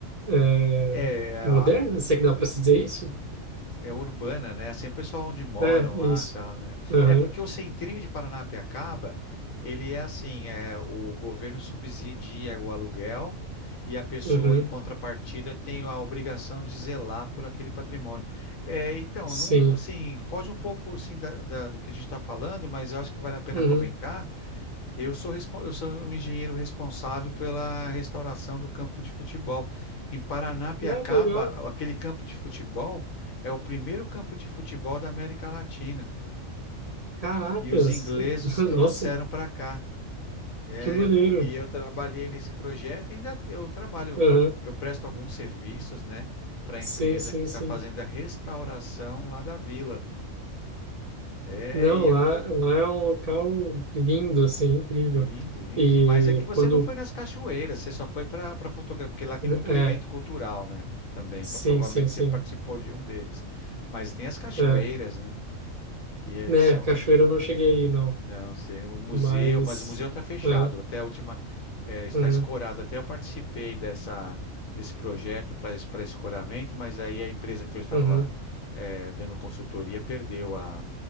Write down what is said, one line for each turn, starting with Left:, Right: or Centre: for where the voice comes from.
Right: é,
Left: É,
Right: moderna, se é que dá para se dizer isso?
Left: É urbana, né? Assim, o pessoal onde moram
Right: É,
Left: lá,
Right: é isso.
Left: e tal, né?
Right: Aham,
Left: É porque o centrinho de Paranapiacaba, ele é assim, é o governo subsidia o aluguel e a pessoa
Right: uhum,
Left: em contrapartida tem a obrigação de zelar por aquele patrimônio. É, então,
Right: sim.
Left: não, assim, foge um pouco assim da- da- do que a gente está falando, mas eu acho que vale a pena
Right: Uhum.
Left: comentar eu sou, respon- eu sou o engenheiro responsável pela restauração do campo de futebol. Em Paranapiacaba,
Right: Ah, que legal.
Left: aquele campo de futebol é o primeiro campo de futebol da América Latina.
Right: Caracas.
Left: E os ingleses
Right: <laughs>
Left: trouxeram
Right: Nossa,
Left: para cá. É,
Right: que maneiro.
Left: eu, tra- e eu trabalhei nesse projeto, ainda eu trabalho,
Right: Aham.
Left: eu presto alguns serviços, né, para a
Right: Sim,
Left: empresa
Right: sim,
Left: que está
Right: sim.
Left: fazendo a restauração lá da vila. É,
Right: Não,
Left: e
Right: lá,
Left: eu
Right: lá é um local lindo, assim, incrível.
Left: Lindo, lindo
Right: E
Left: demais. É que você
Right: quando...
Left: não foi nas cachoeiras, você só foi para para fotografia, porque lá tem muito
Right: É,
Left: evento cultural, né? Também.
Right: sim,
Left: Então provavelmente
Right: sim, sim.
Left: você participou de um deles. Mas tem as cachoeiras,
Right: É.
Left: né? Que eh,
Right: Né,
Left: são
Right: cachoeira eu não cheguei aí, não.
Left: não sei, o museu,
Right: Mas...
Left: mas o museu está fechado.
Right: ah,
Left: Até a última, é, está
Right: uhum,
Left: escorado. Até eu participei dessa, desse projeto para para escoramento, mas aí a empresa que eu estava
Right: uhum,
Left: é, dando consultoria perdeu a,